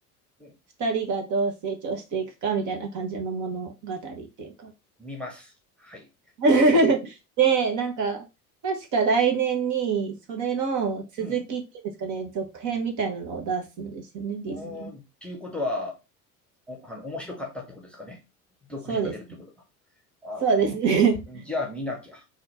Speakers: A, in the centre; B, on the right.
A: うん
B: 2人がどう成長していくかみたいな感じの物語っていうか
A: <laughs> 見ます。はい。
B: <laughs>。で、なんか、確か来年にそれの続きっていうんですかね、
A: うん。
B: 続編みたいなのを出すんですよね、ディズニー。
A: おー、っていうことは、お、あの、面白かったってことですかね。続編が出るってことは。
B: そうですね。
A: あ
B: そうですね
A: あ、じゃあ見なきゃ。